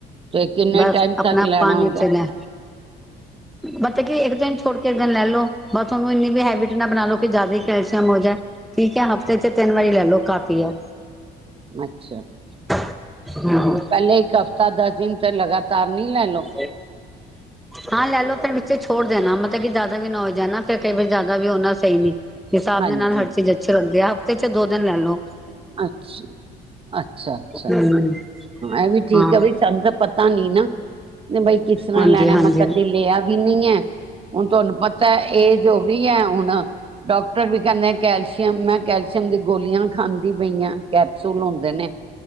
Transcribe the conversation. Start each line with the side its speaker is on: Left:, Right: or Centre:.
Right: ਤੇ ਕਿੰਨੇ
Centre: ਬਸ
Right: ਟਾਈਮ
Centre: ਆਪਣਾ
Right: ਤੱਕ ਲੈਣਾ
Centre: ਪਾਣੀ
Right: ਹੁੰਦਾ
Centre: ਚੱਲੇ ਬਟ ਕੀ ਇੱਕ ਦਿਨ ਛੋੜ ਕੇ, ਲੈ ਲੋ ਤੁਹਾਨੂੰ ਇੰਨੀ ਵੀ ਹੈਬਿਟ ਨਾਲ ਬਣਾ ਲਓ ਕਿ, ਜ਼ਿਆਦਾ ਹੀ ਕੈਲਸ਼ਅਮ ਹੋ ਜਾਏ ਠੀਕ ਹੈ, ਹਫ਼ਤੇ ਚ ਤਿੰਨ ਵਾਰੀ ਲੈ ਲਓ, ਕਾਫੀ ਹੈ
Right: ਅੱਛਾ
Centre: ਹਮ -ਹਮ
Right: ਪਹਿਲੇ, ਇੱਕ ਹਫ਼ਤਾ ਦਸ ਦਿਨ ਤਾਂ, ਲਗਾਤਾਰ ਨੀ ਲੈ ਲਓ
Centre: ਹਾਂ। ਹਾਂ ਲੈ ਲਓ, ਫਿਰ ਵਿੱਚ ਛੋੜ ਦੇਣਾ ਮਤਲਬ ਕਿ, ਜ਼ਿਆਦਾ ਵੀ ਨਾ ਹੋ ਜਾਣਾ, ਫਿਰ ਕਈ ਵਾਰ ਜ਼ਿਆਦਾ ਵੀ ਹੋਣਾ ਸਹੀ ਨ ਹਿਸਾਬ
Right: ਹਾਂਜੀ
Centre: ਦੇ ਨਾਲ, ਹਰ ਚੀਜ਼ ਅੱਛੀ ਲੱਗਦੀ ਹਫ਼ਤੇ ਚ ਦੋ ਦਿਨ ਲੈ ਲਓ
Right: ਅੱਛਾ -ਅੱਛਾ ਅੱਛਾ,
Centre: ਹਮ
Right: ਐ ਵੀ ਠੀਕ
Centre: ਹਾਂ
Right: ਹੈ ਵੀ ਸਾਨੂੰ ਤਾਂ ਪਤਾ ਨੀ ਨਾ, ਬਈ ਕਿਸ ਤਰ੍ਹਾਂ
Centre: ਹਾਂਜੀ
Right: ਲੈਣਾ
Centre: ਹਾਂਜੀ
Right: ਮੈਂ ਕਦੇ, ਲਿਆ ਵੀ ਨਹੀਂ ਐ ਹੁਣ, ਤੁਹਾਨੂੰ ਪਤਾ ਏਜ ਹੋ ਗਈ ਹੈ ਹੁਣ ਡਾਕਟਰ ਵੀ ਕਹਿੰਦੇ, ਕੈਲਸ਼ੀਅਮ ਮੈਂ ਕੈਲਸ਼ੀਅਮ ਦੀ ਗੋਲੀਆਂ ਖਾਾਂਦੀ ਬਈਆਂ ਕੈਪਸੂਲ ਹੁੰਦੇ ਨੇ,